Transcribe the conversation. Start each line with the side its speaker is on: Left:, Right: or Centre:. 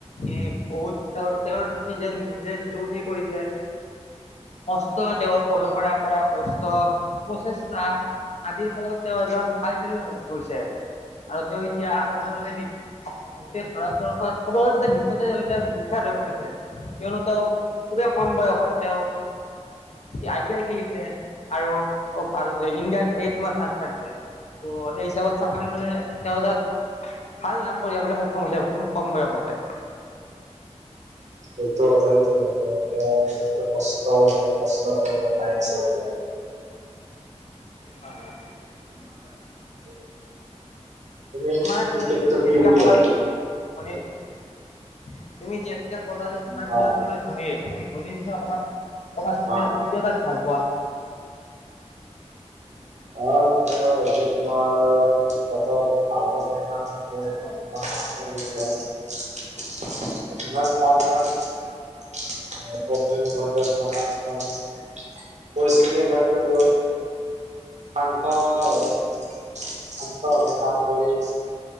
Left: এই বহুত তেওঁৰ তেওঁৰ স যে নিজে যিটো সেই কৰিছে কষ্ট তেওঁৰ সৰু পৰা কৰা কষ্ট, প্ৰচেষ্টা, আদিৰ ফলত তেওঁ এজন ভাল খেলুৱৈ হৈছে। আৰু তেওঁ এতিয়া কবলৈ গ'লে দি গোটেই ভাৰতবৰ্ষত ক'ব গতে বিশ্বতে বিখ্যাত হৈ পৰিছে, কিয়নো তেওঁ খুবেই কম বয়সত তেওঁ আই পি এল খেলিছে আৰু, আৰু ইণ্ডিয়াত এই টিমত চাস পাইছে ত সেই হিচাপত চাবলৈ গলে ভাল নাম কহিয়াবলৈ সক্ষম হৈছে। কম বয়সতে।
Right: এইটো চটো ম তেওঁ যিটো কষ্ট কষ্ট কৰি আছে তেওঁ এতিয়া ফল পাই আছে।
Left: হয় হয়।
Right: <inaudible> তুমি
Left: তোমাৰ
Right: ক্ৰিকেটটো
Left: প্ৰিয় খেলুৱৈ যিহেতুকে
Right: কি বুলি
Left: ক'লা
Right: ভা
Left: <unintelligible> তুমি যিহেতুকে ক'লা যে তোমাৰ
Right: হা
Left: প্ৰিয়ছিল ধনী তুমি ধোনীৰ বিষয়ে অকমান ক'বাচোন,
Right: হা
Left: যাষ্ট তুমি কিয় তাক ভাল পোৱা।
Right: অ', তেওঁ হৈছে তোমাৰ ত'ত ভ' কৰিলে কাম কৰিলে তেওঁ কিমান টান টান <unintelligible> পৰিস্হিতি থাকে তেওঁ। শান্ত হৈ শান্ত ভাবে কাম কৰি আছ